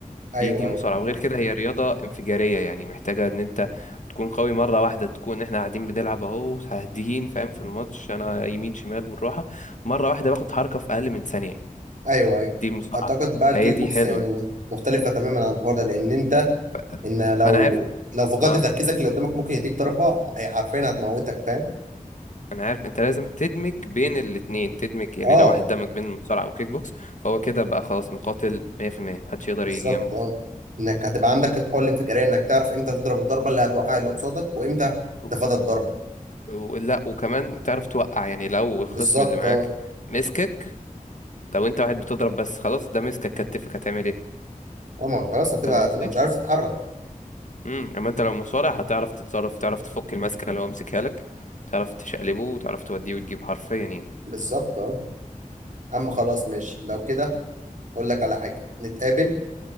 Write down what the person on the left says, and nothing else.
دي دي
مصارعة وغير كده هي رياضة انفجارية يعني محتاجة ان انت تكون قوي مرة واحدة تكون احنا قاعدين بنلعب اهو هاديين فاهم في الماتش انا يمين شمال بالراحة مرة واحدة باخد حركة في اقل من ثانية
دي المصارعة
فهي دي
حلوة
ف-
انا عارف
اه
انا عارف انت لازم تدمج بين الاتنين تدمج يعني
لو واحد دمج بين المصارعه وكيك بوكس فهو كده بقى خلاص مقاتل 100% محدش يقدر
يجي جنبه
و...
و... لا وكمان تعرف توقع يعني لو الخصم
اللي معاك
مسكك لو انت واحد بتضرب بس خلاص ده مسكك كتفك هتعمل ايه
فاهم قصدي
امم اما انت لو مصارع هتعرف تتصرف تعرف تفك الماسكه اللي هو مسكها لك تعرف تشقلبه وتعرف توديه وتجيب حرفيا يعني